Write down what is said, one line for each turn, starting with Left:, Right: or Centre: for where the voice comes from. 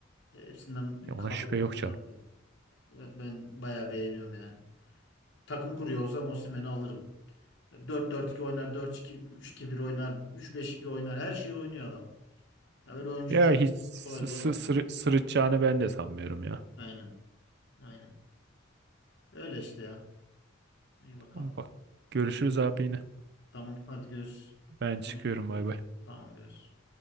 Left: Hepsinden
Right: Ya ona
Left: kalkacak
Right: şüphe yok
Left: bir
Right: canım.
Left: adam. Evet, Ben bayağı beğeniyorum yani. takım kuruyor olsam Osimhen'i alırım. Dört dört 2 oynar, dört iki üç iki bir oynar, üç beş iki oynar. Her şeyi oynuyor adam. Ya öyle oyuncu
Right: Ya
Left: çok
Right: hiç sı
Left: kolay bulamaz.
Right: sı- sırı- sırıtacağını ben de sanmıyorum ya.
Left: Aynen. Aynen. Öyle işte ya. İyi bakalım.
Right: Ama bak görüşürüz abi yine.
Left: Tamam hadi görüşürüz.
Right: Ben çıkıyorum
Left: Konuşuruz.
Right: bay bay.
Left: Tamam görüşürüz.